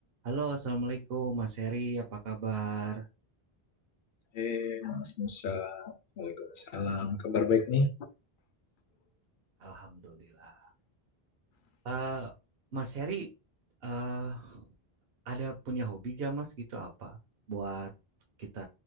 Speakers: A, on the right; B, on the left.
A: Halo, Assalamualaikum Mas Heri, apa kabar?
B: Eh, Mas Musa, Waalaikumsalam. Kabar baik nih?
A: Alhamdulillah. Eh, Mas Heri, eh, ada punya hobi gak Mas gitu apa? Buat kita